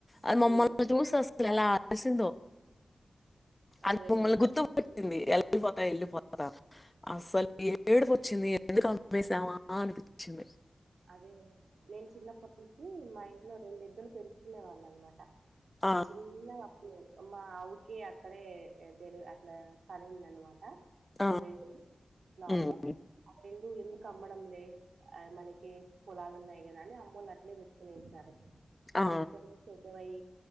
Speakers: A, on the left; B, on the right.
A: అ మమ్మల్లో
B: ఉ
A: జ్యూస్ లా ఆసింద అంత
B: అదే
A: మిమ్మల్ని
B: కదా
A: గుర్తు వచ్చింది వెళ్లిపోతా వెళ్ళిపోతా అసలు ఏడుపు వచ్చింది ఎందుకు అమసామా అనిపించింది
B: అదే గదా నేను చిన్నప్పటి నుంచి మా ఇంట్లో రెండు ఏద్దులు పెడ్ తినేవాల్ అనమాట
A: ఆ!
B: చిన్నప్పుడ్ మా ఆవుకి అక్కడే డెలివ అట్లా కన్నింది అనమాట
A: ఆ!
B: రెండే లాగే
A: హ్మ్.
B: ఆ రెండు ఎంన్ కమ్మడంలే ఆ మనక్ కే పొలాలు ఉన్నాయి కదా అని అమ్మ వాళ్ళ అట్లే పెట్టుకునేసారు
A: ఆ!
B: పెట్టుక్నేసి అబ్బాయి